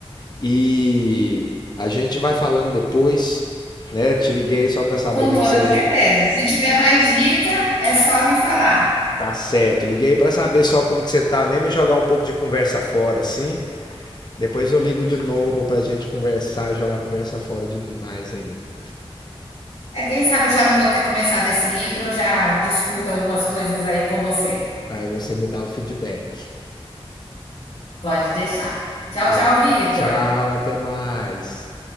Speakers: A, on the left; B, on the left.
A: e a gente vai falando depois, né? Te liguei só para saber
B: com
A: o que
B: toda
A: que você
B: certeza. Se tiver mais dica, é só me falar.
A: Tá certo. Liguei pra saber só como que você tá mesmo e jogar um pouco de conversa fora, assim. Depois eu ligo de novo pra gente conversar e jogar conversa fora demais ainda.
B: É, quem sabe eu já não vou ter começado esse livro, eu já discuto algumas coisas aí com você.
A: Aí você me dá o feedback.
B: Pode deixar. Tchau,
A: E
B: tchau, Vitor.
A: tchau, até mais.